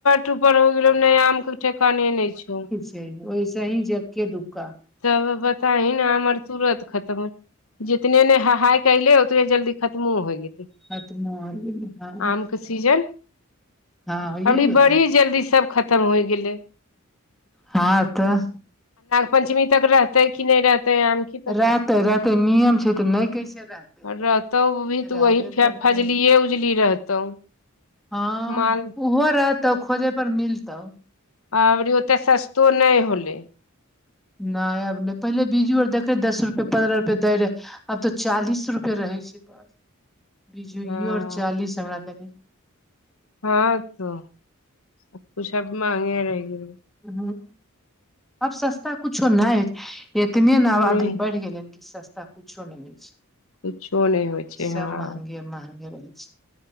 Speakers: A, on the left; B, in the centre.
A: टपर हो गेलो आम के ठेकाने नहि छौ।
B: ओहिसे ही छै एके दुका।
A: तब बताही ने आमर तुरत खतम हँ जितने ने हहाइ कले उतने जल्दी खतमो होइ गेलै
B: खतमो होइ गेलै हँ।
A: आम सीजन
B: हँ होइए
A: अबरी
B: गेलै
A: बड़ी जल्दी सब खतम होइ गेलै।
B: हँ तऽ
A: पञ्चमी तक रहतेै कि नहि रहतेै आम की पता
B: रहतै रहतै नियम छै तऽ नहि कैसे रहतै
A: रहतौ उ भी तऽ
B: रहबे
A: वही फेर
B: करतै
A: फजलिये उजली रहतौ
B: हँ
A: माल
B: उहो रहतौ खोजे पर मिलतौ
A: अब ओते सस्तो नय होलै
B: नहि आब नहि पहिले बिजू आर देखेै दस रुपे पन्द्रह रुपए दै रहै। आब तो चालीस रुपे रहे छै बस बिजुयो
A: हँ
B: आर चालीस हमरा देने
A: हँ तऽ सबक सब माँंहगे रहि गेल।
B: हँ अब सस्ता कुछो नय हय एतने ने आबादी
A: नहि
B: बढ़ि गेलै हन कि सस्ता कुछो नहि मिलै छै।
A: कुछो नहि होइ छै
B: सब
A: हँ
B: महंगे महंगे रहै छै